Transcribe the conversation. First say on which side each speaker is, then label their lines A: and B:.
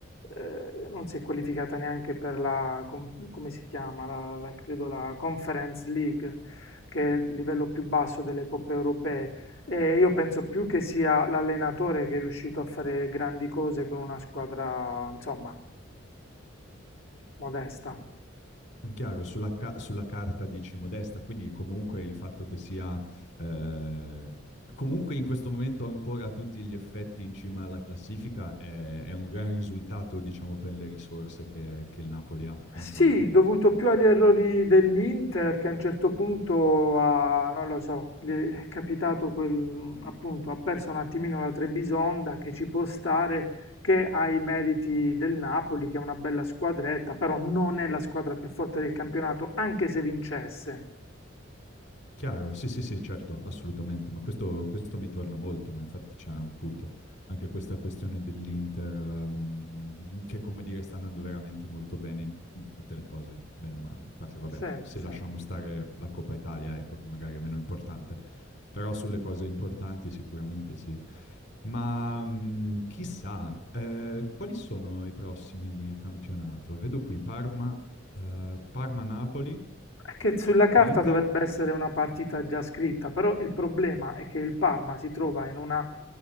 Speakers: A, on the left; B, on the left.
A: eh, non si è qualificata neanche per la, com- come si chiama, la, la- credo la Conference League, che è il livello più basso delle coppe europee. E io penso più che sia l'allenatore che è riuscito a fare grandi cose con una squadra, insomma, modesta.
B: Chiaro, sulla, ca- sulla carta dici modesta, quindi comunque il fatto che sia eh, comunque in questo momento ancora a tutti gli effetti in cima alla classifica è, è un gran risultato, diciamo, per le risorse che, che il Napoli ha in
A: Sì,
B: campo.
A: dovuto più agli errori dell'Inter che a un certo punto ha, non lo so, gli è capitato quel, appunto, ha perso un attimino la Trebisonda che ci può stare, che ha i meriti del Napoli, che è una bella squadretta, però non è la squadra più forte del campionato, anche se vincesse.
B: Chiaro, sì, sì, sì, certo, assolutamente, ma questo, questo mi torna molto, ma infatti c'è un punto, anche questa questione dell'Inter, ehm, che come dire sta andando veramente molto bene in, t- in tutte le cose, bene o male, a parte vabbè,
A: Sì,
B: se
A: sì.
B: lasciamo stare la Coppa Italia, ecco, che magari è meno importante, però sulle cose importanti sicuramente sì. Ma mh, chissà, eh, quali sono i prossimi di campionato? Vedo qui Parma, eh, Parma-Napoli,
A: È che sulla carta
B: e l'Inter
A: dovrebbe essere una partita già scritta, però il problema è che il Parma si trova in una